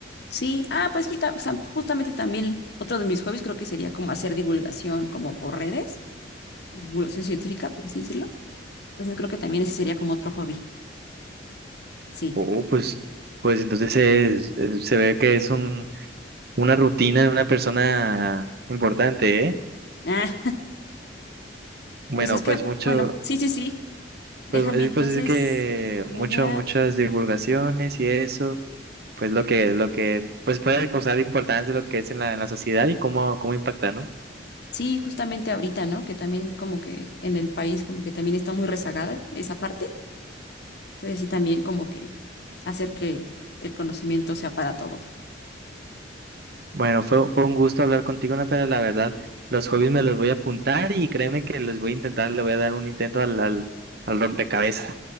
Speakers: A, on the left (about 60°); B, on the right (about 55°).
A: Sí, ah, pues quita- o sea, justamente también otro de mis hobbies creo que sería como hacer divulgación como por redes, divulgación científica, por así decirlo. Entonces creo que también ese sería como otro hobby. Sí.
B: Oh, pues, pues entonces es- es- se ve que es un, una rutina de una persona importante, ¿eh?
A: Ah,
B: Bueno,
A: pues es que,
B: pues mucho.
A: bueno, sí, sí, sí. Déjame
B: Pues, pues, es-
A: entonces,
B: pues es que
A: voy
B: mucho,
A: a,
B: muchas divulgaciones y eso, pues lo que, lo que, pues puede causar importancia lo que es en la, en la sociedad y cómo, cómo impacta, ¿no?
A: sí, justamente ahorita, ¿no? Que también como que en el país como que también está muy rezagada esa parte. Entonces sí, también como que hacer que el conocimiento sea para todos.
B: Bueno, fue, fue un gusto hablar contigo, Natalia, la verdad. Los hobbies me los voy a apuntar y créeme que los voy a intentar, le voy a dar un intento al, al, al rompecabezas.